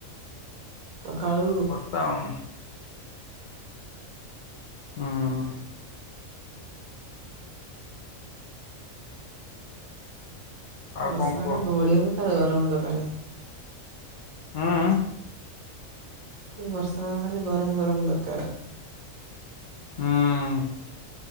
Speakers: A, on the right; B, on the left.
A: ସକାଳୁ
B: ତଂ ହୁଁ - ହୁଁ - ଆଉ
A: ବର୍ଷାଙ୍କୁ
B: କଣ କୁହ?
A: ଘୋଡେଇବୁ ଖାଲି ଗରମ ଦରକାର।
B: ହଁ
A: ବର୍ଷା କୁ ଖାଲି ଗରମ ଗରମ ଦରକାର।
B: ହୁଁ